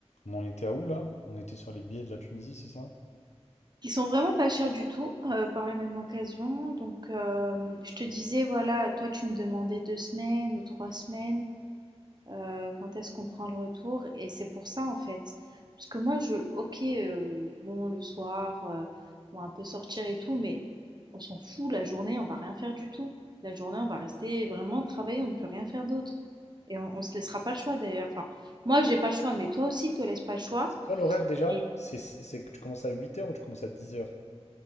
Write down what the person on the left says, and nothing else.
Mais on était à où là? On était sur les billets de la Tunisie, c'est ça?
C'est quoi l'horaire déjà?
C'est c'est- c'est que tu commences à huit heures ou tu commences à dix heures